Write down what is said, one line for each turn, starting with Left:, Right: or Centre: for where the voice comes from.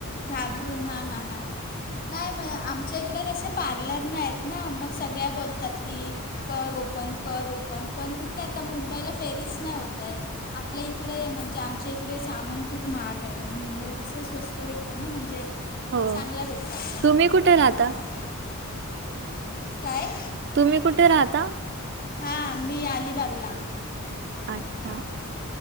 Left: घाबरून हा हा हा हा. नाही मग आमच्या इकडें कसे पार्लर नाही आहेत ना मग सगळ्या बोलतात की कर ओपन कर ओपन पण कुठे आता मुंबईला फेरीच नाही होतय. आपल्या इकडे म्हणजे आमच्या इकडे सामान खूप महाग आहे आणि मुंबईला कसं स्वस्त स्त भेटत ना म्हणजे
Right: हो
Left: चांगलं भेटतं असं
Right: तुम्ही कुठे राहता?
Left: ह काय?
Right: तुम्ही कुठे राहता?
Left: हा मी अलिबागला.
Right: अच्छा.